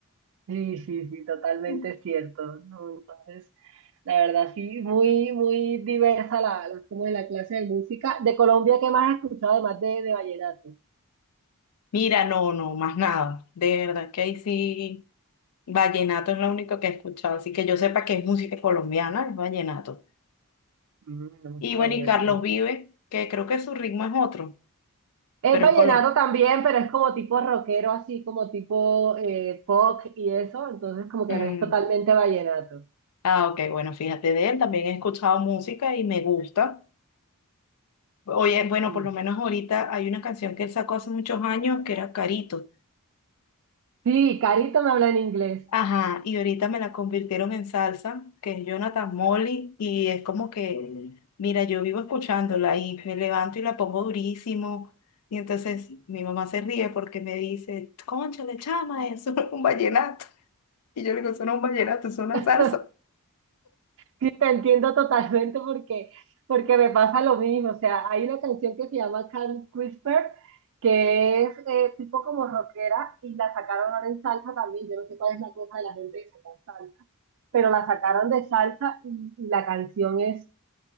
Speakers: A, on the right (about 65°); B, on the left (about 85°).
A: Sí, sí, sí, totalmente
B: Mm.
A: cierto, ¿no? Entonces, la verdad, sí, muy, muy diversa la, la- como es la clase de música. De Colombia, ¿qué más has escuchado además de, de vallenato?
B: Mira, no, no, más nada, de verdad que ahí sí. Vallenato es lo único que he escuchado, así que yo sepa que es música colombiana, es vallenato.
A: Mm, ok,
B: Y bueno, y Carlos
A: ok.
B: Vives, que creo que su ritmo es otro,
A: Es
B: pero
A: vallenato
B: es Colombia.
A: también, pero es como tipo rockero, así como tipo eh, pop y eso, entonces como que
B: Mm,
A: no es totalmente vallenato.
B: Ah, ok, bueno, fíjate de él, también he escuchado música y me gusta. Oye, bueno,
A: Sí.
B: por lo menos ahorita hay una canción que él sacó hace muchos años que era Carito.
A: Sí, Carito me habla en inglés.
B: Ajá, y ahorita me la convirtieron en salsa, que es Jonathan Molly, y es como que Mira, yo vivo escuchándola y me levanto y la pongo durísimo. Y entonces mi mamá se ríe porque me dice, cónchale, chama, eso no es un vallenato. Y yo le digo, eso no es un vallenato, eso no
A: <laughs>
B: es una salsa.
A: Sí, te entiendo totalmente porque, porque me pasa lo mismo. O sea, hay una canción que se llama Can't Whisper, que es eh, tipo como rockera y la sacaron ahora en salsa también. Yo no sé cuál es la cosa de la gente que saca salsa, pero la sacaron de salsa y, y la canción es